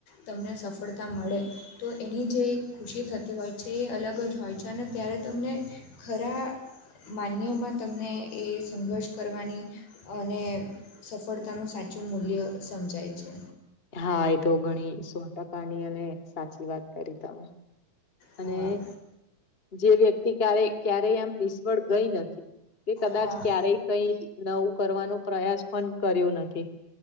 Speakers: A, on the left; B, on the left.
A: તમને સફળતા મળે તો એની જે ખુશી થતી હોય છે એ અલગ જ હોય છે અને ત્યારે તમને ખરા માન્યમાં તમને એ સંઘર્ષ કરવાની અને સફળતાનું સાચું મૂલ્ય સમજાય છે.
B: હા, એ તો ઘણી સો ટકા ની અને સાચી વાત કરી તમે અને
A: હા
B: જે વ્યક્તિ ક્યારે ક્યારેય આમ નિષ્ફળ ગઈ નથી તે કદાચ
A: હા
B: ક્યારેય કઈ નવું કરવાનું પ્રયાસ પણ કર્યું નથી.